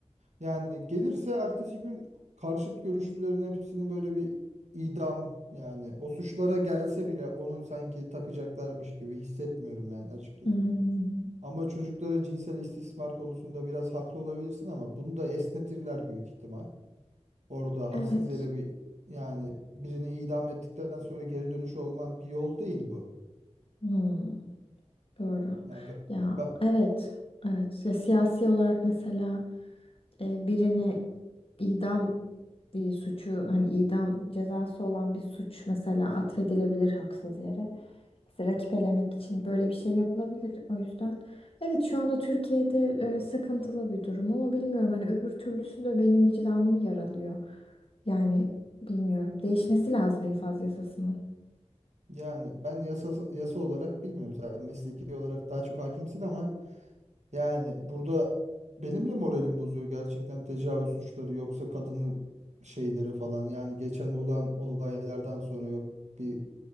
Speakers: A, on the right; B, on the left.
A: Yani gelirse ertesi gün karşıt görüşlülerin hepsini böyle bir idam yani o suçlara gelse bile onu sanki takacaklarmış gibi hissetmiyorum ben açıkçası.
B: Hmm,
A: Ama çocuklara cinsel istismar konusunda biraz haklı olabilirsin ama bunu da esnetirler büyük ihtimal. Orada
B: Evet.
A: haksız yere bir yani birini idam ettikten sonra geri dönüşü olman bir yol değil bu.
B: hmm. Doğru.
A: Ya be-
B: Ya
A: be-
B: evet. Evet. Ya, siyasi olarak mesela e, birini idam bir suçu hani idam cezası olan bir suç mesela atfedilebilir haksız yere. Mesela rakip elemek için böyle bir şey yapılabilir. O yüzden evet şu anda Türkiye'de e, sıkıntılı bir durum ama bilmiyorum hani öbür türlüsü de benim vicdanımı yaralıyor. Yani bilmiyorum. Değişmesi lazım infaz yasasının.
A: yani ben yasa yasa olarak bilmiyorum. Sen mesleki olarak daha çok hakimsin ama Yani burada benim de moralim bozuyor gerçekten tecavüz suçları yoksa kadının şeyleri falan. Yani geçen olan olaylardan sonra yok bir